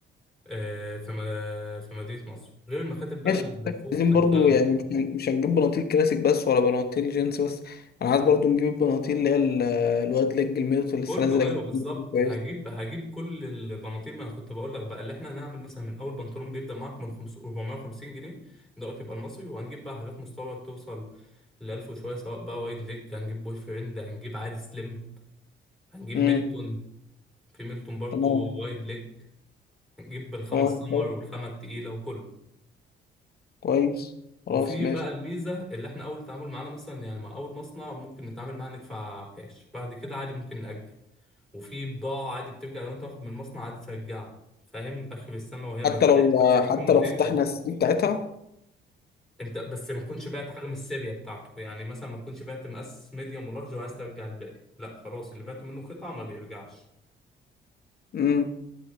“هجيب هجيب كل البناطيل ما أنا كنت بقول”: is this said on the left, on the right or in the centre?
Centre